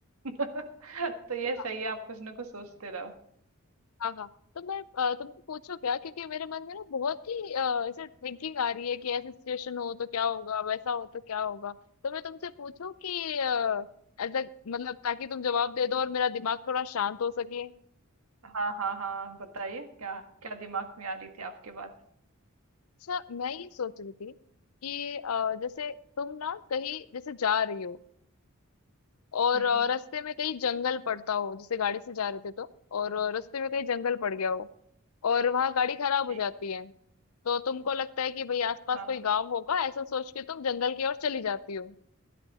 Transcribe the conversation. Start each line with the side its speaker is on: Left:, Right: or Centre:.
Right: <laughs> तो ये सही
Left: हाँ
Right: है आप कुछ ना कुछ सोचते रहो
Left: हाँ हाँ। तो मैं अ, तुमको पूछो क्या क्योंकि मेरे मन में ना बहुत ही अ, ऐसे थिंकिंग आ रही है कि ऐसी सिचुएशन हो तो क्या होगा वैसा हो तो क्या होगा तो मैं तुमसे पूछूं कि एज मतलब ताकि तुम जवाब दे दो और मेरा दिमाग थोड़ा शांत हो सके
Right: हाँ हाँ हाँ बताइए क्या क्या दिमाग में आ रही थी आपकी बात
Left: अच्छा मैं ये सोच रही थी कि अ, जैसे तुम ना कहीं जैसे जा रही हो और
Right: हम्म
Left: अ, रास्ते में कहीं जंगल पड़ता हो जैसे गाड़ी से जा रहे थे तो और अ, रास्ते में कहीं जंगल पड़ गया हो और वहां गाड़ी खराब
Right: ठीक
Left: हो जाती है तो तुमको लगता है कि भाई आसपास
Right: हाँ
Left: कोई गांव होगा ऐसा सोच के तुम जंगल की ओर चली जाती हो